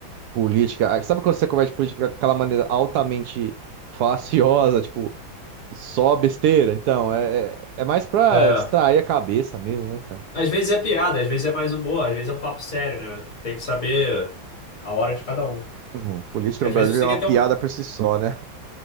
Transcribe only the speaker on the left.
É.
Às vezes é piada, às vezes é mais humor, às vezes é um papo sério, né? Tem que saber a hora de cada um.
Porque
às
vezes você
quer
ter
um